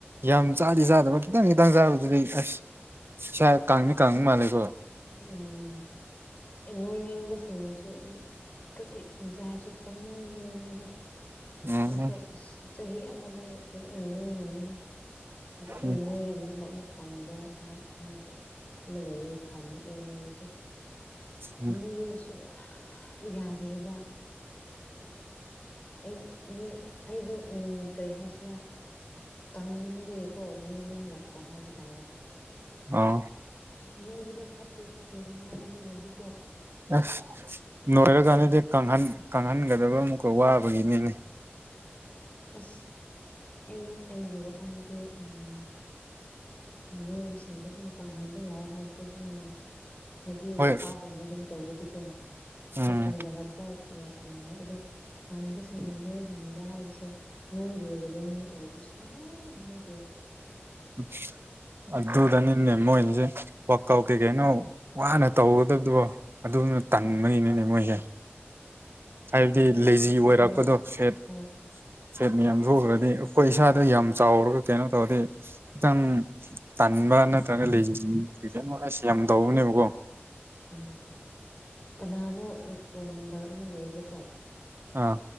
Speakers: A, on the right (about 60°); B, on the left (about 35°).
A: ꯌꯥꯝ ꯆꯥꯗꯤ ꯆꯥꯗꯕ ꯈꯤꯇꯪ ꯈꯤꯇꯪ ꯆꯥꯕꯗꯨꯗꯤ ꯑꯁ ꯁ ꯀ ꯀꯥꯡꯅꯤ ꯀꯥꯡ ꯃꯥꯂꯒꯣ
B: ꯎꯝ ꯅꯣꯏꯅꯤꯡꯕꯁꯤꯡꯅꯁꯨ ꯑꯗꯨꯝ ꯈꯖꯤꯛ ꯇꯪꯖꯥꯔꯁꯨ ꯄꯪꯪꯂꯣꯏ ꯅꯣꯏꯕꯅꯤꯅ
A: ꯎꯝ
B: ꯑꯩꯁꯨ ꯆꯍꯤ ꯑꯃꯗꯤ ꯐꯖꯅ ꯅꯣꯏꯅꯤꯡꯉꯤꯍ ꯐꯖꯅ
A: ꯎꯝ
B: ꯅꯣꯏꯔꯝꯃꯒ ꯑꯃꯨꯛ ꯀꯪꯕ ꯍꯥꯏꯕ ꯃ ꯂꯩꯔꯤꯗꯤ ꯐꯪꯉꯤ ꯑꯩꯉꯣꯟꯗꯁꯨ
A: ꯎꯝ
B: ꯅꯣꯏ ꯌꯨꯁꯨ ꯌꯥꯗꯦꯕ ꯑꯩꯅ ꯃꯤ ꯑꯩꯗꯣ ꯎꯝ ꯀꯔꯤ ꯍꯥꯏꯁꯤꯔꯥ ꯀꯪꯃꯟꯕꯒꯤꯀꯣ ꯂꯣꯏꯅꯤꯡꯂꯛꯄ ꯍꯥꯏꯕ ꯇꯥꯔꯦ
A: ꯑꯥ
B: ꯅꯣꯏꯕꯗꯣ ꯐꯠꯇꯦ ꯐꯠꯇꯦꯗꯤ ꯍꯥꯏ ꯃꯤꯅꯗꯤ
A: ꯑꯁ ꯅꯣꯏꯔꯀꯥꯟꯅꯗꯤ
B: ꯑꯗꯨꯝ
A: ꯀꯥꯡꯪꯍꯟ ꯀꯪꯍꯟꯒꯗꯕ ꯑꯃꯨꯛꯀ ꯋꯥꯕꯒꯤꯅꯤꯅꯦ
B: ꯑꯁ ꯑꯩ ꯑꯩꯒꯤ ꯋꯥꯈꯜꯗꯗꯤ ꯎꯝ ꯅꯣꯏꯕꯨꯁꯤꯡꯗꯤꯩ ꯑꯗꯨꯝ ꯀꯪꯍꯟꯕ ꯌꯥꯏ ꯍꯥꯏꯕꯗꯤ ꯑꯗꯨꯝ ꯍꯦꯚ ꯋꯥꯋꯀꯥꯒꯨꯝꯕ
A: ꯍꯣꯏ
B: ꯑꯗꯨꯝ ꯇꯧꯔꯗꯤꯀꯣ
A: ꯎꯝ
B: ꯃꯣꯏ ꯀꯪꯊꯔꯛꯄ ꯌꯥꯏ ꯑꯗꯣ ꯀꯥꯡꯪꯕꯁꯤꯡꯅ ꯅꯣꯏꯍꯟꯕ ꯍꯥꯏꯕꯁꯦ ꯅꯣꯏ ꯂꯣꯏꯗꯕ ꯃꯤ ꯑꯣꯏꯔꯗꯤ ꯁꯨꯡ ꯅꯣꯏꯗꯦ
A: ꯎꯝ ꯑꯗꯨꯗꯅꯤꯅꯦ ꯃꯣꯏꯅꯁꯦ ꯋꯥꯛꯀꯥꯎꯠ ꯀꯩ ꯀꯩꯅꯣ ꯋꯥꯅ ꯇꯧꯒꯗꯕꯗꯨꯣ ꯑꯗꯨ ꯇꯟꯕꯩꯅꯤꯅꯦ ꯃꯣꯏꯁꯦ ꯍꯥꯏꯕꯗꯤ
B: ꯑꯗꯣ
A: ꯂꯩꯖꯤ ꯑꯣꯏꯔꯛꯄꯗꯣ
B: ꯎꯝ
A: ꯐꯦꯠ
B: ꯍꯣꯏ
A: ꯐꯦꯠ ꯃꯌꯥꯝ ꯊꯣꯛꯈ꯭ꯔꯗꯤ ꯑꯩꯈꯣꯏ ꯏꯁꯥꯗ ꯌꯥꯝ ꯆꯥꯎꯔꯒ ꯀꯩꯅꯣ ꯇꯧꯔꯗꯤ ꯈꯤꯇꯪ ꯇꯟꯥꯟꯕ ꯅꯠꯇ꯭ꯔꯒ ꯂꯩꯁꯤꯟ ꯀꯣꯁ ꯌꯥꯝ ꯇꯧꯕꯅꯦꯕꯀꯣ
B: ꯎꯝ ꯀꯅꯥꯅꯣ ꯐꯣꯟ ꯅꯝꯕꯔ ꯑꯃ ꯂꯩꯌꯦꯕꯀꯣ
A: ꯑꯥ